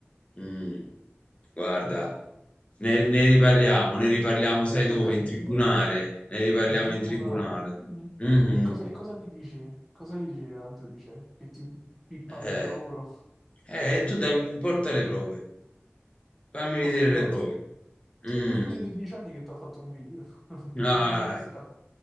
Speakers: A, on the left (about 30°); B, in the centre.
A: Mm, guarda,
B: Mm-mm.
A: ne, ne riparliamo, ne riparliamo, sai
B: Dai,
A: dove? In tribunale.
B: vai.
A: Ne riparliamo
B: Il tribunale.
A: in tribunale.
B: Mm.
A: Mhm.
B: E cosa, e cosa gli dici? Cosa gli dici al giudice? Che ti pippavi
A: Eh,
B: al lavoro?
A: eh, tu dammi, porta le prove. Fammi
B: Porta
A: vedere
B: le prove.
A: le prove.
B: Sono
A: Mm.
B: mio figlio di 12 anni che ti ha fatto un video. <laughs> Più
A: Ah,
B: prove di questa.